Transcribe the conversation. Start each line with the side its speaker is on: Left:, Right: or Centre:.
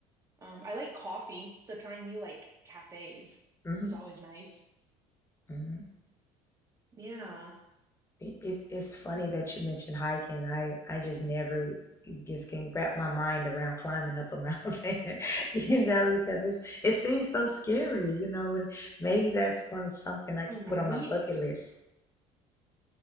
Right: um I like coffee, so trying new like cafes
Left: Mm-hmm.
Right: is always nice.
Left: Mm-hmm.
Right: Yeah.
Left: It's it's funny that you mentioned hiking. I I just never just can wrap my mind around climbing up a mountain, <laughs> you know, because it's it seems so scary, you know. and Maybe that's one something I can
Right: Right.
Left: put on my bucket list.